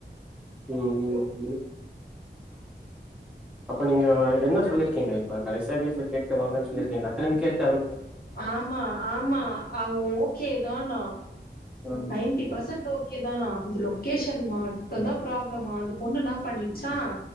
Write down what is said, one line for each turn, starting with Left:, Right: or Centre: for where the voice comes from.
Centre: உஹம் உம் உ அப்ப நீங்க என்ன சொல்லிருக்கீங்க இப்ப கடைசியா வீட்ல கேட்டு வாங்கன்னு சொல்லி இருக்கீங்கலா திரும்பி கே
Left: ஆமா ஆமா அவங்க ஓகே தானா
Centre: ம்
Left: நைன்ட்டி பர்சண்ட் ஓகே தான இந்த லொகேஷன் மாட்டுதான் ப்ரா ளமா அந்த பொண்ணு நா பண்ணிச்சா